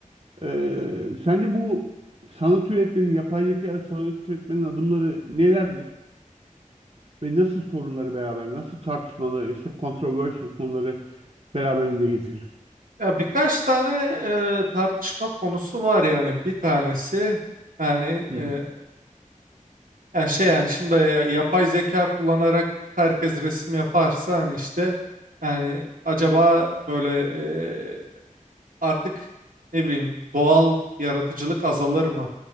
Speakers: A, on the right; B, on the right.
A: e, sence bu sanat üretmenin, yapay zeka sanat üretmenin adımları nelerdir? Ve nasıl sorunları beraber, nasıl tartışmalı, işte controversial konuları beraberinde getirir?
B: Ya birkaç tane e, tartışma konusu var yani bir tanesi yani
A: Hı
B: e,
A: hı,
B: ya şey yani şimdi ya- yapay zeka kullanarak herkes resim yaparsa hani işte yani acaba böyle e, artık ne bileyim doğal yaratıcılık azalır mı?